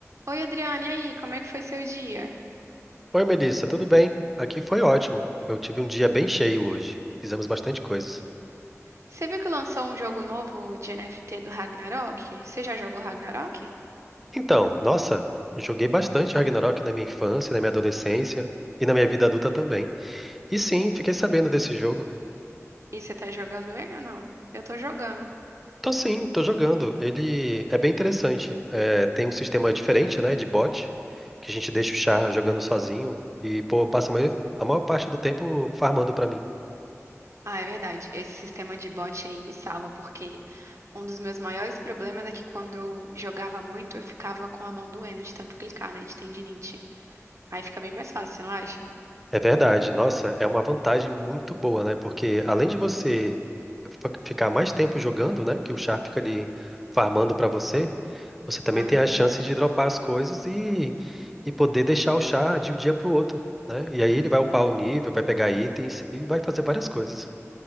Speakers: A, on the right; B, in the centre.
A: Oi, Adriane, e aí, como é que foi seu dia?
B: Oi, Melissa, tudo bem? Aqui foi ótimo. Eu tive um dia bem cheio hoje. Fizemos bastante coisas.
A: Você viu que lançou um jogo novo de NFT do Ragnarok? Você já jogou Ragnarok?
B: Então, nossa, joguei bastante Ragnarok na minha infância, na minha adolescência e na minha vida adulta também. E sim, fiquei sabendo desse jogo.
A: E você tá jogando ele ou não? Eu tô jogando.
B: Tô sim, tô jogando. Ele é bem interessante. É, tem um sistema diferente, né, de bot, que a gente deixa o char jogando sozinho e, pô, passa a maior, a maior parte do tempo farmando pra mim.
A: Ah, é verdade. Esse sistema de bot aí me salva, porque um dos meus maiores problemas é que quando eu jogava muito, eu ficava com a mão doendo de tanto clicar, né, de tendinite. Aí fica bem mais fácil, você não acha?
B: É verdade. Nossa, é uma vantagem muito boa, né? Porque além de você fa- ficar mais tempo jogando, né? Que o char fica ali farmando pra você, você também
A: Aham,
B: tem a chance de dropar as coisas e, e poder deixar o char de um dia pro outro, né? E aí ele vai upar o nível, vai pegar itens e vai fazer várias coisas.